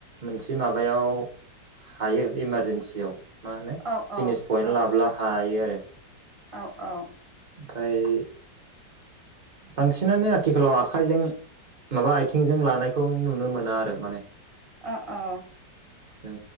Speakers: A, on the right (about 55°); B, on the right (about 25°).
A: मोनसे माबायाव हायो इमारजेन्सियाव। मा होनो
B: औ
A: तिनिस पयन्ट
B: औ
A: लाबोब्ला हायो आरो । <inaudible>
B: औ औ ।
A: ओमफ्राय। बांसिनानो आथिखालाव आखाइजों माबा आथिंजों लानायखौ नुनो मोना आरो माने
B: अ अ।
A: जों